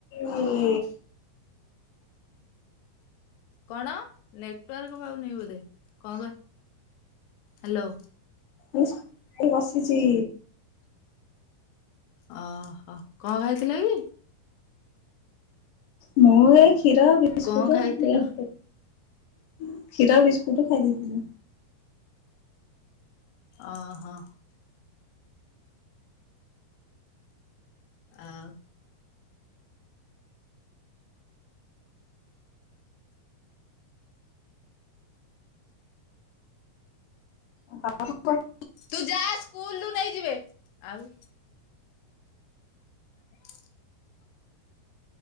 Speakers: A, on the left (about 70°); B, on the left (about 85°).
A: ଏଇ
B: <inaudible> କଣ ନେଟାର୍କ ପାଉନ ବୋଧେ କଣ କହ ହ୍ୟାଲୋ
A: ମୁଁ ସ୍କୁ ଏୟୀ ବସିଛି।
B: ଓହୋ କଣ ଖାଇଥିଲେ କି?
A: ମୁଁ ଏ କ୍ଷୀର ବିସ୍କୁଟୁ
B: କଣ ଖାଇଥିଲ?
A: <unintelligible> କ୍ଷୀର ବିସ୍କୁଟୁ। ସେଠୁ ଖାଇ ଦେଇଥିଲେ।
B: ଓ ହୋ। ଆଉ
A: <unintelligible>
B: ତୁ ଯା ସ୍କୁଲରୁ ନେଇଯିବେ। ଆଉ <inaudible>